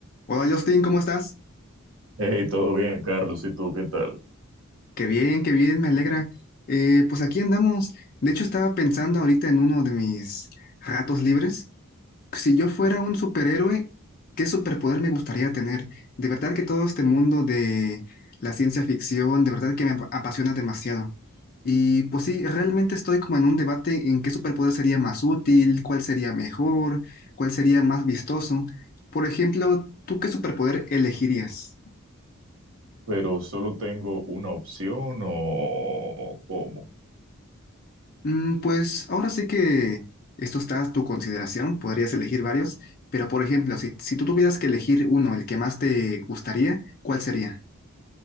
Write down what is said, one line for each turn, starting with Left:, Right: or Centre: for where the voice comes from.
Left: Hola Justin, ¿cómo estás?
Right: Hey, todo bien, Carlos, ¿y tú qué tal?
Left: Qué bien, qué bien, me alegra. Eh, pues aquí andamos. De hecho, estaba pensando ahorita en uno de mis ratos libres. Si yo fuera un superhéroe, ¿qué superpoder me gustaría tener? De verdad que todo este mundo de la ciencia ficción, de verdad que me ap- apasiona demasiado. Y pues sí, realmente estoy como en un debate en qué superpoder sería más útil, cuál sería mejor, cuál sería más vistoso. Por ejemplo, ¿tú qué superpoder elegirías?
Right: Pero solo tengo una opción o cómo.
Left: Mm, Pues ahora sí que esto está a tu consideración, podrías elegir varios, pero por ejemplo, si, si tú tuvieras que elegir uno, el que más te gustaría, ¿cuál sería?